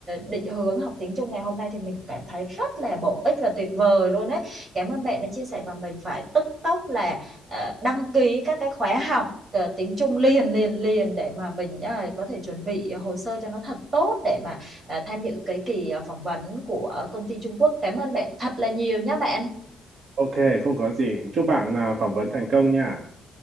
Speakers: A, on the right; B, on the right.
A: định hướng học tiếng Trung ngày hôm nay thì mình cảm thấy rất là bổ ích và tuyệt vời luôn ấy. Cảm ơn bạn đã chia sẻ và mình phải tức tốc là ờ, đăng ký các cái khóa học ờ, tiếng Trung liền liền liền để mà mình ờ, có thể chuẩn bị hồ sơ cho nó thật tốt để mà à, tham dự cái kỳ à, phỏng vấn của công ty Trung Quốc. Cảm ơn bạn thật là nhiều nhé bạn.
B: Ok, không có gì. Chúc bạn à, phỏng vấn thành công nha.